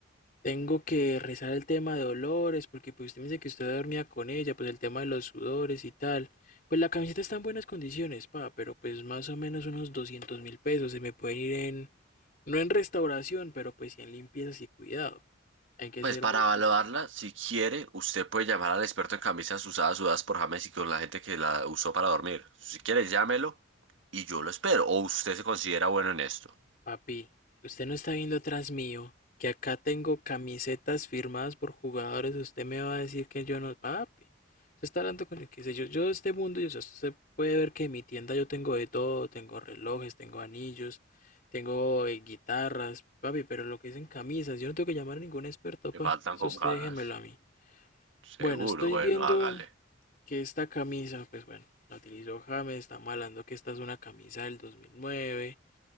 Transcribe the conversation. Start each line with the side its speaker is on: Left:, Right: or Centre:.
Left: Tengo que rezar el tema de dolores, porque pues usted me dice que usted dormía con ella, pues el tema de los sudores y tal. Pues la camiseta está en buenas condiciones, pa, pero pues más o menos unos doscientos mil pesos se me pueden ir en, no en restauración, pero pues sí en limpiezas y cuidado. Hay que
Right: Pues
Left: ser
Right: para
Left: muy
Right: evaluarla,
Left: cuidadoso.
Right: si quiere, usted puede llamar al experto en camisas usadas, sudadas por James y con la gente que la usó para dormir. Si quiere, llámelo y yo lo espero. O usted se considera bueno en esto.
Left: Papi, usted no está viendo atrás mío, que acá tengo camisetas firmadas por jugadores. Usted me va a decir que yo no. Papi, usted está hablando con el que sé yo. Yo de este mundo, yo, sé, usted puede ver que en mi tienda yo tengo de todo: tengo relojes, tengo anillos, tengo eh, guitarras, papi, pero lo que dicen camisas, yo no tengo que llamar a ningún experto, pa.
Right: Me faltan
Left: Eso
Right: cocadas.
Left: usted déjemelo a mí.
Right: Seguro,
Left: Bueno, estoy
Right: bueno,
Left: viendo
Right: hágale.
Left: que esta camisa, pues bueno, la utilizó James, está malando que esta es una camisa del 2009